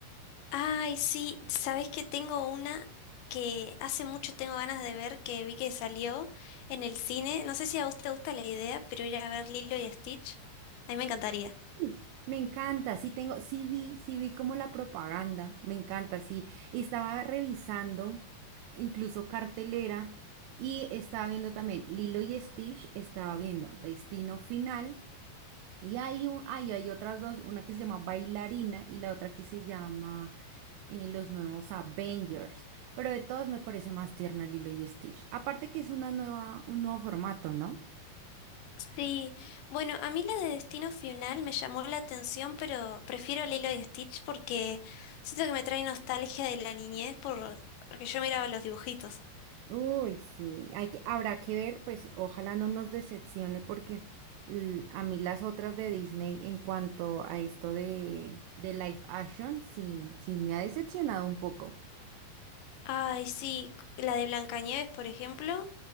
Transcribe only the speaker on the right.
Sí. Me encanta, sí tengo, sí vi, sí vi como la propaganda, me encanta, sí. Y Estaba revisando incluso cartelera y estaba viendo también Lilo y Stitch, estaba viendo Destino Final. Y hay, un, ay, hay otras dos, una que se llama Bailarina y la otra que se llama eh, Los Nuevos Avengers. Pero de todas me parece más tierna Lilo y Stitch. Aparte que es una nueva, un nuevo formato, ¿no?
Uy, sí, hay que, habrá que ver, pues ojalá no nos decepcione porque l- a mí las otras de Disney en cuanto a esto de, De live action, sí, sí me ha decepcionado un poco.